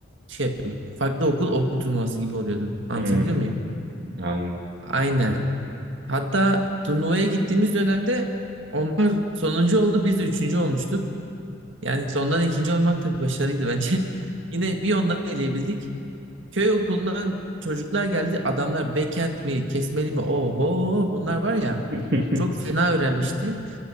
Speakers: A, on the right (about 65°); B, on the right (about 50°).
A: şey yapıyorduk. Farklı okul okul turnuvası gibi oluyordu. Anlatabiliyor
B: Hmm,
A: muyum?
B: anladım.
A: Aynen. Hatta turnuvaya gittiğimiz dönemde onlar sonuncu oldu biz de üçüncü olmuştuk. Yani sondan ikinci olmak da bir başarıydı bence. <laughs> Yine bir onları eleyebildik. Köy okulundan çocuklar geldi. Adamlar backend mi, kesmeli mi? Oho bunlar var ya
B: <laughs>
A: çok fena öğrenmişti.